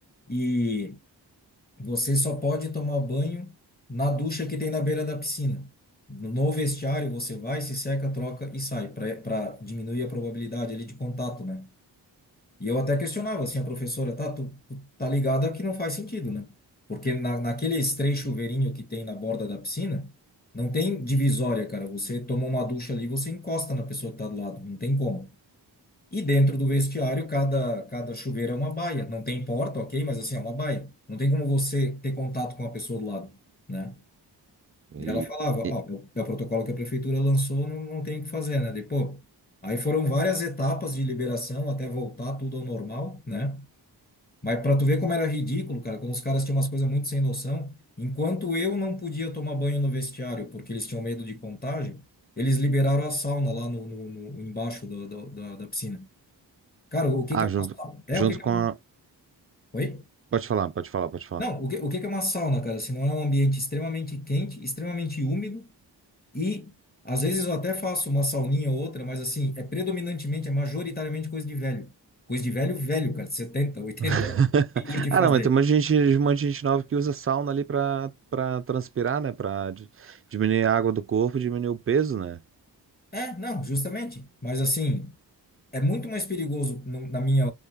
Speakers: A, on the left (about 20°); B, on the right (about 30°).
A: e você só pode tomar banho na ducha que tem na beira da piscina. No no vestiário você vai, se seca, troca e sai, para diminuir a probabilidade ali de contato, né? E eu até questionava assim, a professora, tá, tu, tu tá ligada que não faz sentido, né? Porque na, naqueles três chuveirinhos que tem na borda da piscina, não tem divisória, cara. Você toma uma ducha ali, você encosta na pessoa que tá do lado, não tem como. E dentro do vestiário, cada, cada chuveiro é uma baia. Não tem porta, ok, mas assim, é uma baia. Não tem como você ter contato com a pessoa do lado, né?
B: E,
A: Daí ela falava,
B: e-
A: ó, é o é o protocolo que a prefeitura lançou, não, não tem o que fazer, né? Depois, aí foram várias etapas de liberação até voltar tudo ao normal, né? Mas pra tu ver como era ridículo, cara, como os caras tinham umas coisas muito sem noção, enquanto eu não podia tomar banho no vestiário porque eles tinham medo de contágio, eles liberaram a sauna lá no, no- no- embaixo do- do- da, da piscina. Cara, o que
B: ah,
A: que é
B: junto,
A: uma sauna? É,
B: junto
A: o que que
B: com
A: é uma...
B: a...
A: Oi?
B: Pode falar, pode falar, pode falar.
A: Não, o que, o que que é uma sauna, cara? Se não é um ambiente extremamente quente, extremamente úmido e às vezes eu até faço uma sauninha ou outra, mas assim, é predominantemente, é majoritariamente coisa de velho. Coisa de velho, velho, cara, 70 80
B: <laughs>
A: anos, que curte
B: Ah,
A: fazer.
B: não, mas tem um monte de gente, um monte de gente nova que usa sauna ali pra, pra transpirar, né? Pra di- diminuir a água do corpo, diminuir o peso, né?
A: É, não, justamente. Mas assim, é muito mais perigoso, no- na minha